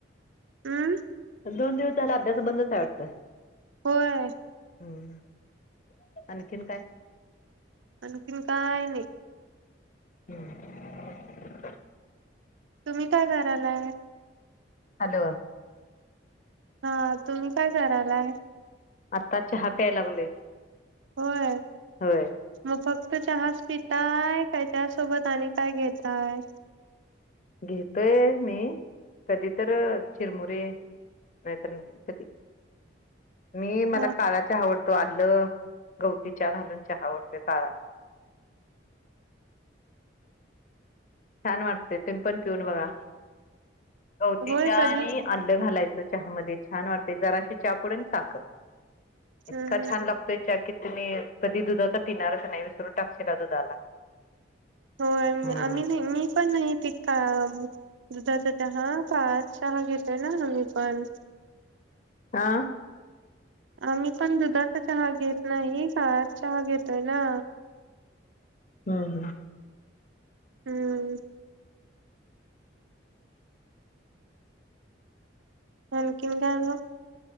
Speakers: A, on the right (about 75°); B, on the left (about 40°).
A: अम्म.
B: दोन दिवस झाला अभ्यासं बंधच हाय वाटतं.
A: होय.
B: हम्म आणखीन काय?
A: आणखीन काय नाही.
B: हम्म.
A: तुम्ही काय करालाय?
B: हॅलो
A: हा तुम्ही काय करायलाय?
B: आता चहा प्याय लागलोय.
A: होय
B: होय
A: मग फक्त फक्त चहाच पिताय काय त्यासोबत आणि काय घेताय?
B: घेतोय मी, कधी तर चिरमुरे नाही तर नाही कधी. मी मला
A: हा
B: काळा चहा आवड तो आलं, गवती चहा घालून चहा आवडतो काळा. छान वाटते तुम्ही पिऊन बघा. गवती
A: होय
B: चहा
A: कधी
B: आणि आल्लं घालायचं चहामध्ये छान वाटते जराशी चापूड आणि साखर. इतका
A: हम्म हम्म
B: छान लागतोय च्या कि तुम्ही कधी दुधाचा पिणार च नाही विसरून टाकशीला दुधाला.
A: हो
B: हम्म
A: आम्ही नाही मी पण नाही तीकाम दुधाचा चहा, काळा चहा घेतय ना आम्ही पण.
B: हा
A: आम्ही पण दुधाचा चहा घेत नाही, काळाच चहा घेतोय ना.
B: हम्म हम्म.
A: हम्म. आणखी नं काय मग